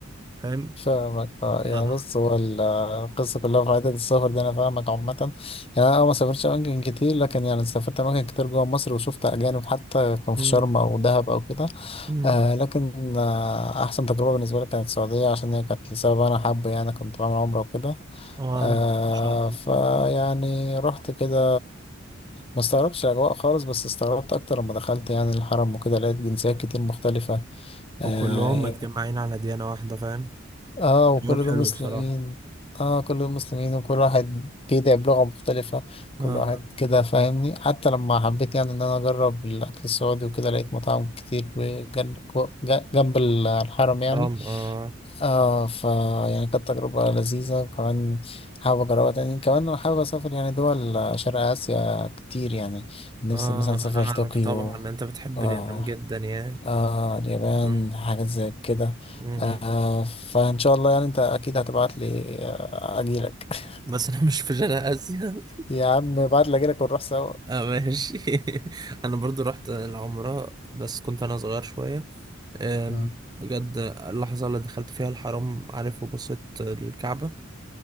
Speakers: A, on the right; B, on the left.
A: فاهم
B: فاهمك اه يعني
A: آه.
B: بص هو ال- القصة كلها في عدد السفر ده انا فاهمك عامة يعني انا ما سافرتش اماكن كتير لكن يعني سافرت اماكن كتير جوه مصر وشفت اجانب حتى كان
A: مم.
B: في شرم او دهب او كده
A: مم.
B: آه لكن آه أحسن تجربة بالنسبة لي كانت السعودية عشان هي كانت لسبب أنا حابه يعني كنت بعمل عمرة وكده
A: اه
B: آه
A: ان شاء الله
B: فيعني رحت كده ما استغربتش الأجواء خالص بس استغربت أكتر لما دخلت يعني الحرم وكده لقيت جنسيات كتير مختلفة آه,
A: وكلهم
B: يعني
A: متجمعين على ديانة واحدة فاهم
B: آه وكل
A: حوار حلو
B: دول مسلمين
A: بصراحة
B: آه كل دول مسلمين وكل واحد بيدعي بلغة مختلفة كل
A: اه
B: واحد كده فاهمني حتى لما حبيت يعني إن أنا أجرب الأكل السعودي وكده لقيت مطاعم كتير بجن- جنب الحرم يعني
A: حرام اه
B: اه ف يعني كانت تجربة لذيذة وكمان حابب أجربها تاني كمان أنا حابب أسافر يعني دول شرق آسيا كتير يعني نفسي
A: اه
B: مثلا أسافر
A: انا اعرف
B: طوكيو
A: طبعا ان انت بتحب
B: آه
A: اليابان جدا يعني
B: آه اليابان
A: مم.
B: حاجات زي كده
A: مم.
B: آه فإن شاء الله يعني أنت أكيد هتبعت لي آه، أجيلك <laughs>
A: بس انا مش في شرق اسيا
B: يا عم ابعت لي أجيلك ونروح سوا
A: <laughs> اه ماشي <laughs> انا برضو رحت العمرة بس كنت انا صغير شوية أم،
B: مم.
A: بجد اللحظة اللي دخلت فيها الحرم عارف وبصيت للكعبة